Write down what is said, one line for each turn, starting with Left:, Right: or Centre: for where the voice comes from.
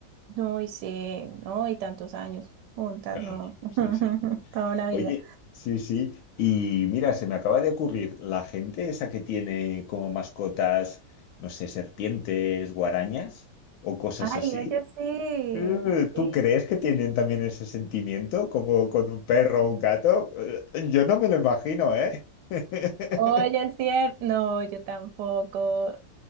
Right: No, y sí, no, y tantos años juntas,
Left: Claro,
Right: no, <laughs>
Left: sí, sí.
Right: toda una vida.
Left: Oye, sí, sí. Y mira, se me acaba de ocurrir, la gente esa que tiene como mascotas, no sé, serpientes, guarañas o cosas
Right: Ay,
Left: así,
Right: oye, sí.
Left: eh,
Right: Sí.
Left: ¿tú crees que tienen también ese sentimiento como con un perro o un gato? Eh, Yo no me lo imagino, ¿eh? <laughs>
Right: Oye, es cierto. No, yo tampoco.